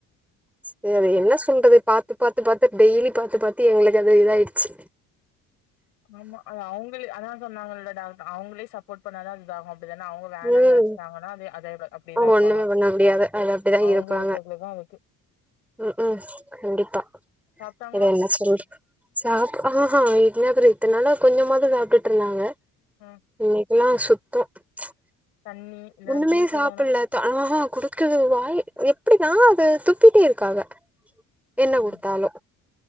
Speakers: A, in the centre; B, on the left.
A: சரி என்ன சொல்றது பாத்து பாத்து பாத்து டெய்லி பாத்து பாத்து எங்களுக்கு அது இதாயிடுச்சு
B: ஆமா அவங்களே அதா சொன்னாங்கல்ல டாக்டர் அவங்களே சப்போர்ட் பண்ணாதா அது இதாகும் அப்டிதான அவங்க வேணானு
A: ம்
B: நெனைச்சிட்டாங்கன்னா அத அத அப்டியேதா இருப்பாங்க
A: ஒண்ணுமே பண்ண முடியாது அது அப்படிதான்
B: அவங்க
A: இருப்பாங்க
B: எடுக்கிறதுல தா அது
A: ம் ம் கண்டிப்பா
B: சாப்ட்டாங்களா
A: இத என்ன சொல்றது சாப்ப ஆ ஹ இல்ல பிர இத்தன் நாளா கொஞ்சமாது சாப்ட்டுட்டு இருந்தாங்க
B: ம்
A: இன்னைக்கெல்லா சுத்தோ ச்
B: தண்ணி இல்ல
A: ஒண்ணுமே
B: ஜூஸ்
A: சாப்பிடலாதா
B: எதானாக்கா
A: ஆஹ குடுக்கது வாய் எப்டிதா அது துப்பிட்டே இருக்கா அவ என்ன
B: ம்
A: கொடுத்தாலு